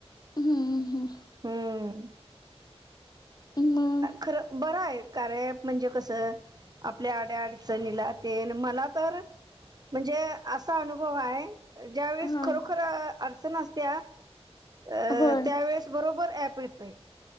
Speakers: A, on the left; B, on the right.
A: हम्म. हम्म
B: हम्म.
A: मग
B: खरं बरं आहे कार्या ॲप म्हणजे कसं आपल्या अडी अडचणीला तेन मला तर म्हणजे असा अनुभव आहे ज्यावेेळेस
A: हा
B: खरोखर अडचण असत्या अ
A: होय
B: त्यावेेळेस बरोबर ॲप येतोय.